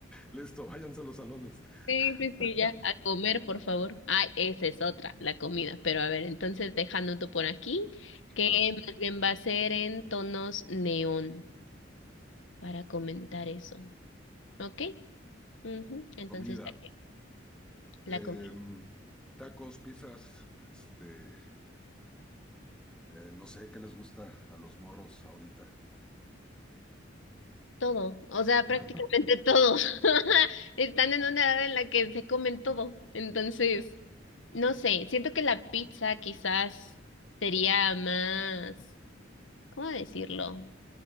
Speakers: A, in the centre; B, on the left (about 85°).
A: listo, váyanse a los salones.
B: Sí,
A: <laughs>
B: sí, sí, ya. A comer, por favor. Ay, esa es otra, la comida. Pero a ver, entonces dejándote por aquí, que
A: Ajá,
B: más bien va a ser en tonos neón para comentar eso. ¿Ok? Ujú, Entonces,
A: comida,
B: ya que
A: em,
B: la comida,
A: tacos, pizzas, este, eh, no sé qué les gusta a los morros ahorita.
B: todo, o sea,
A: <laughs>
B: prácticamente todo. <laughs> Están en una edad en la que se comen todo. Entonces. No sé, siento que la pizza quizás sería más, ¿cómo decirlo?